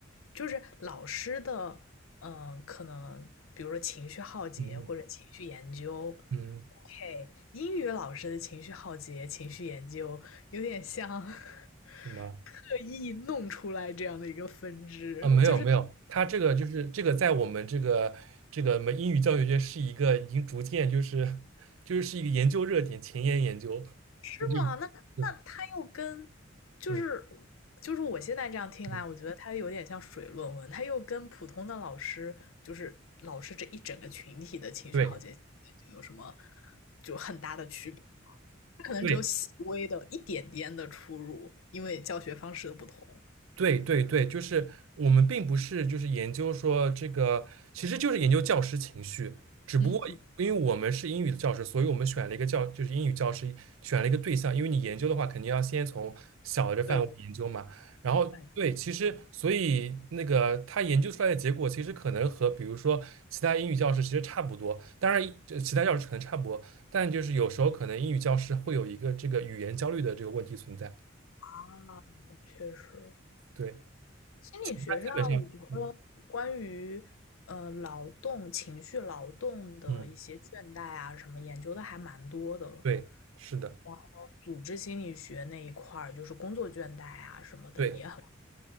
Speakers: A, on the left (about 80°); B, on the right (about 80°).
A: 就是老师的，嗯，可能比如说情绪浩劫或者情绪研究
B: 嗯嗯，嗯，
A: ，OK，英语老师的情绪浩劫、情绪研究有点像 <laughs>
B: 对吧？
A: 刻意弄出来这样的一个分支，
B: 啊，没有没有，
A: 就是。
B: 它这个就是这个在我们这个这个我们英语教学界是一个已经逐渐就是就是是一个研究热点，前沿研究。
A: 是吗？
B: 对，这个
A: 那那他又跟
B: 是
A: 就是
B: 嗯
A: 就是我现在这样听来，
B: 嗯，
A: 我觉得他有点像水论文，他又跟普通的老师，就是老师这一整个群体的情绪好节就有什么
B: 对
A: 就很大的区别？他可能只有细微的一点点的出入，
B: 对，
A: 因为教学方式的不同。
B: 对对对，就是我们并不是就是研究说这个，其实就是研究教师情绪，只不过因为我们是英语的教师，
A: 嗯，
B: 所以我们选了一个教，就是英语教师选了一个对象，因为你研究的话，肯定要先从小的范围研究嘛。
A: 对对，
B: 然后对，
A: 哎
B: 其实所以那个他研究出来的结果，其实可能和比如说其他英语教师其实差不多，当然这其他教师可能差不多，但就是有时候可能英语教师会有一个这个语言焦虑的这个问题存在。
A: 啊，确实，
B: 对，
A: 心理学上，
B: 他基本上，
A: 我觉得关于呃劳动、
B: 嗯
A: 情绪劳动的一些倦怠啊什么研究的还蛮多的了。
B: 嗯。对，是的，
A: 然后组织心理学那一块儿，就是工作倦怠啊什么的也很。
B: 对，